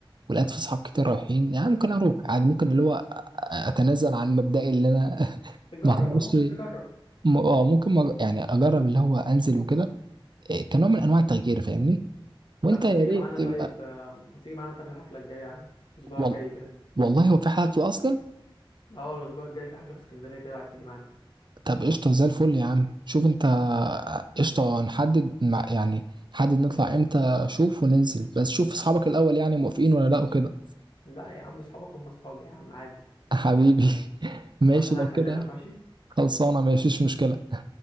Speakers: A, on the right (about 55°); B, on the left (about 60°).
A: ولقيت في اصحاب كتير رايحين يعني ممكن اروح يعني ممكن اللي هو اتنازل عن مبدئي اللي انا <laughs>
B: تجرب
A: ما احضرش
B: اه ممكن تجرب
A: م- اه ممكن ما- يعني اجرب اللي هو انزل وكده إيه، كنوع من انواع التغيير فاهمني وانت
B: طب ما
A: يا
B: تيجي
A: ريت
B: معانا طيب
A: ما-
B: آه، ما تيجي معانا طب الحفله الجايه يعني الاسبوع
A: وال-
B: الجاي كده
A: والله هو في حالة اصلا
B: اه الاسبوع الجاي في حفله في اسكندريه كده لو عايز تيجي معانا
A: طب قشطة زي الفل يا عم شوف انت قشطة نحدد مع يعني نحدد نطلع امتى شوف وننزل بس شوف اصحابك الاول يعني موافقين ولا لا وكده
B: لا يا عم اصحابك هم اصحابي يا عم عادي
A: حبيبي <laughs> ماشي
B: خلاص انا
A: لو
B: هكلمك
A: كده
B: ماشي
A: خلصانة ماشيش مشكلة